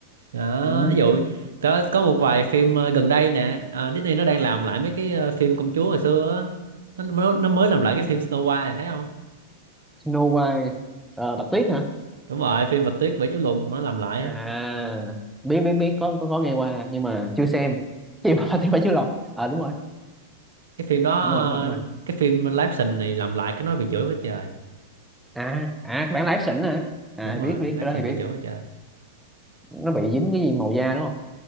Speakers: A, on the right; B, in the centre.
A: đó
B: ừ.
A: ví dụ có có một vài phim ờ, gần đây nè ờ, Disney nó đang làm lại mấy cái ờ, phim công chúa hồi xưa á nó, nó nó mới làm lại cái phim Snow White này, thấy không
B: Snow White Ờ, Bạch Tuyết hả
A: đúng rồi phim Bạch Tuyết Bảy Chú Lùn nó làm lại
B: à
A: á.
B: biết biết biết có có, có nghe qua nhưng mà chưa xem <laughs> Chị bò thì phải chưa lọc à đúng rồi
A: cái phim đó ờ,
B: đúng rồi đúng rồi đúng rồi
A: cái phim live action này làm lại cái nó bị chửi quá trời
B: à à các bạn là ép hả à
A: đúng rồi
B: biết biết
A: live
B: cái
A: action
B: đó thì biết
A: bị chửi quá trời
B: nó bị dính cái gì màu da đúng không